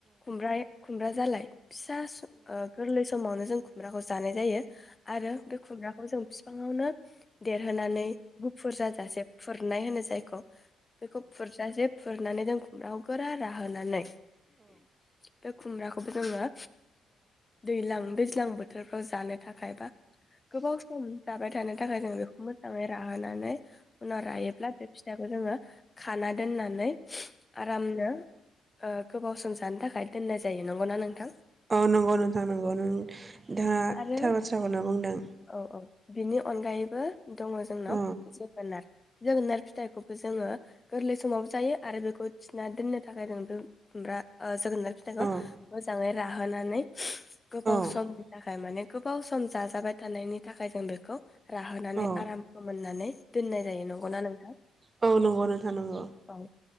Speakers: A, on the left; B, on the right.
A: खुमब खुमब्रा जालाय। फिसा गोरलै समावनो जों। खुमब्राखौ जानाय जायो। आरो बे खुरग्राखौ। बिफाङावनो देरहोनानै गुफुर जाजासे फुरनाय होनो जायखौ बेखौ फुरजासे फुरनानै जों खुमब्राखौ गोरा राहोनानै बे खुमब्राखौबो जोङो दैज्लां दैज्लां बोथोर। खौ जानो थाखाय बा गोबाव। जाबाय थानो थाखाय जों बेखौ मोजांङै राहोनानै। उनाव रायोब्ला बे फिथाइखौ जोंङो। खाना दोननानै आरामनो ओ गोबाव सम जानो थाखाय दोननाय जायो नंगौना नोंथां।
B: औ नंगौ नोंथां नंगौ दा
A: आरो
B: थार बाथ्राखौनो बुंदों।
A: औ औ बिनि अनगायैबो दंङ जोंनाव
B: औ
A: जोगोनार जोगोनार फिथाइखौबो जोङो गोरलै समावबो जायो आरो बेखौ थिना दोननो थाखाय जों बे खुमब्रा जोगोनार फिथाइखौ
B: औ
A: मोजांङै राहोनानै गोबाव
B: औ
A: समनि थाखाय माने गोबाव सम जाजाबाय थानायनि। थाखाय जों बेखौ राहोनानै
B: औ
A: आराम फोमोननानै दोननाय जायो नंगौना नोंथां।
B: औ नंगौ नोंथां नंगौ।
A: औ